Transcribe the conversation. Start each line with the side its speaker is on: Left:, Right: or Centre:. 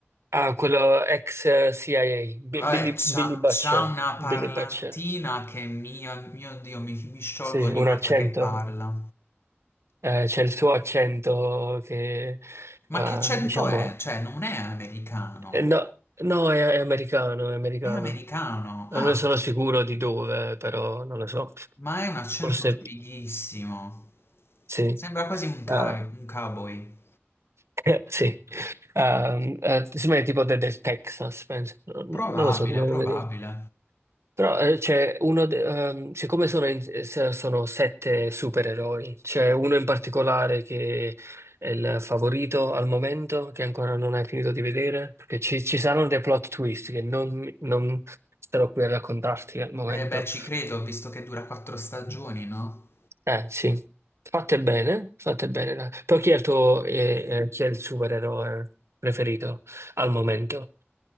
Right: ah, quello ex eh, CIA, Bi-
Left: Vabbè,
Right: Billy,
Left: c'ha,
Right: Billy Butcher,
Left: c'ha una
Right: Billy
Left: parlantina
Right: Butcher,
Left: che mio, mio Dio, mi, mi sciolgo
Right: sì,
Left: ogni
Right: un
Left: volta
Right: accento.
Left: che parla.
Right: eh, c'è il suo accento che,
Left: Ma
Right: eh,
Left: che accento
Right: diciamo,
Left: è? Cioè, non è americano.
Right: eh, no, no, è, è americano, è americano.
Left: È americano.
Right: Non
Left: Ah,
Right: ne sono sicuro di dove, però non lo so.
Left: ma è un accento
Right: Forse
Left: fighissimo.
Right: sì.
Left: Sembra quasi un, cow-
Right: Eh,
Left: un cowboy.
Right: <laughs> sì. Ehm, eh, sembra tipo de- del Texas, penso. Non,
Left: Probabile,
Right: non lo so, dobbiamo
Left: probabile.
Right: vedere. Però eh, c'è uno, de- ehm, siccome sono, in- se- sono sette supereroi, c'è uno in particolare che è il favorito al momento, che ancora non hai finito di vedere, perché ci, ci saranno dei plot twist che non, non starò qui a raccontarti al momento.
Left: Eh beh, ci credo, visto che dura quattro stagioni, no?
Right: Eh sì, fate bene, fate bene. dai. Però chi è il tuo, eh, eh, chi è il supereroe preferito al momento?